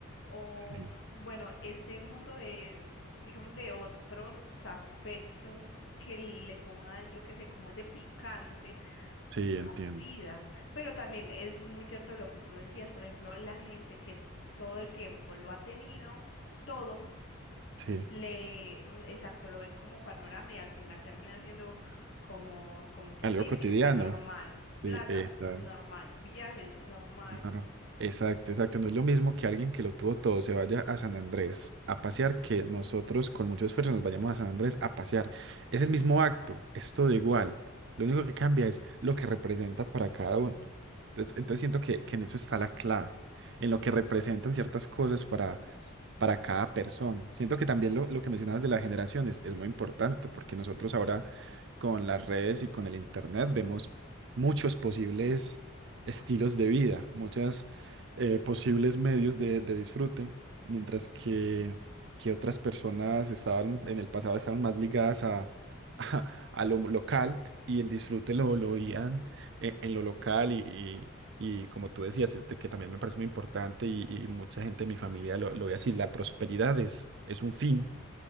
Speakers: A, on the left (about 55°); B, on the right (about 55°).
A: o,
B: sí.
A: mm, bueno, este mundo de... digamos, de otros aspectos que le pongan, yo qué sé, como ese picante
B: Sí, entiendo.
A: la vida. Pero también es muy cierto lo que tú decías, por ejemplo, la gente que todo el tiempo lo ha tenido, todo,
B: Sí.
A: le, exacto, lo ven como panorama y al final termina siendo como, como pues
B: Algo
A: sí,
B: cotidiano.
A: fiesta normal, plata,
B: Sí, esa.
A: pues normal, viajes normal.
B: No, no. Exacto, exacto. No es lo mismo que alguien que lo tuvo todo se vaya a San Andrés a pasear que nosotros con mucho esfuerzo nos vayamos a San Andrés a pasear. Es el mismo acto, es todo igual. Lo único que cambia es lo que representa para cada uno. Entonces, entonces siento que, que en eso está la clave, en lo que representan ciertas cosas para, para cada persona. Siento que también lo, lo que mencionabas de las generaciones es muy importante porque nosotros ahora con las redes y con el internet vemos muchos posibles estilos de vida, muchos posibles medios de, de disfrute, mientras que, que otras personas estaban en el pasado estaban más ligadas a, <laughs> a, a lo local y el disfrute lo, lo oían eh, en lo local y, y- y como tú decías, este, que también me parece muy importante y, y mucha gente de mi familia lo, lo ve así, la prosperidad es, es un fin